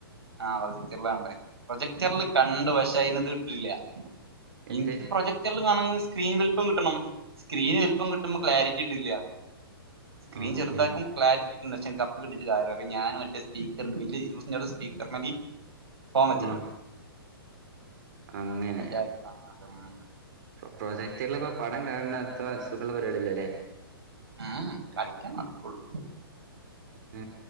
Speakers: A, on the right; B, on the right.
A: ആ പ്രൊജക്ടർലാ കണ്ടത്. പ്രൊജക്ടറിൽ കണ്ടു. പക്ഷെ, അയിനത് തുല്ല്യാ.
B: എന്ത്
A: ഇൻക്ക് പ്രൊജക്ടർല് കാണങ്ങെ സ്ക്രീൻ <unintelligible> പ്പം കിട്ടണം സ്ക്രീന് വൽപ്പം കിട്ടുമ്പോ ക്ലാരിറ്റി കിട്ടില്ല്യാ സ്ക്രീൻ
B: അങ്ങനെ
A: ചെറുതാക്കും ക്ലാരിറ്റി ഇന്നച്ചൻ കപ്പ് കിട്ടിട്ട് കാരല. അപ്പ ഞാന് മറ്റേ സീക്കർ <unintelligible> പീക്കർ മതി ഫോൺ വെച്ചട്
B: ആഹ് അങ്ങനെ
A: അജാതി സാനാ <unintelligible>
B: പ്രോജക്ടർല്ല് ഇപ്പം പടം കാണാണ് അത്ര സുഖള്ള പരിപാടിയല്ലല്ലേ
A: ഉം കളിക്കാൻ നടക്കള്ളൂ
B: മ്